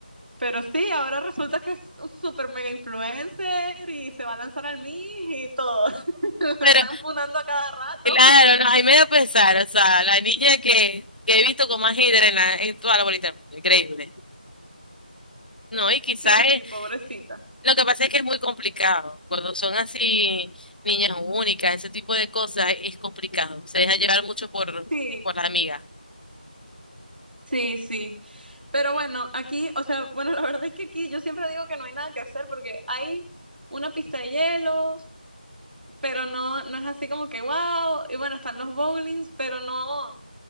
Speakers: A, on the right; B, on the left.
A: Pero sí, ahora resulta que es un super mega influencer y se va a lanzar al miss y todo. <laughs>
B: Pero
A: La están funando a cada rato.
B: claro,
A: <laughs>
B: no, ahí me da pesar. O sea, la niña que, que he visto con más hidra en, la- en toda la bolita del mundo. Increíble. No, y quizás
A: Sí, sí,
B: es-
A: pobrecita.
B: lo que pasa es que es muy complicado. Cuando son así niñas únicas, ese tipo de cosas, es complicado. Se deja llevar mucho por,
A: Sí,
B: por la amiga.
A: sí, sí. Pero bueno, aquí, o sea, bueno, <laughs> la verdad es que aquí yo siempre digo que no hay nada que hacer porque hay una pista de hielo, pero no, no es así como que wow. Y bueno, están los bowlings, pero no,